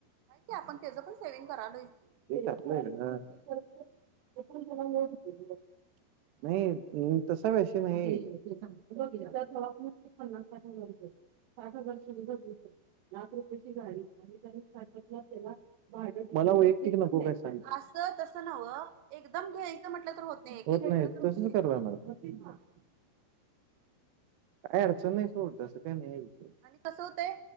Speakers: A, on the right; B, on the right.
A: आहे की आपण त्याचं पण सेव्हिंग करालोय की.
B: तेल तापलंय ग नाही तसा विषय नाही. बघ हिच्या दवाखान्याचं पन्नास साठ हजार रुपये. साठ हजार ची <unintelligible> लाख रुपयाची गाडी आणि त्याला स्टार्टअप ला त्याला मला वयक्तिक नको काय सांगू.
A: असं तसं नव्हं एकदम घ्यायचं म्हटलं तर एक
B: होत
A: एक घेतलं
B: नाही,
A: तर होतंय.
B: तसंच करायला लागणार
A: हा
B: आहे. काय अडचण नाही सोड, तसं काय नाहीये विषय.
A: आणि कसं होतंय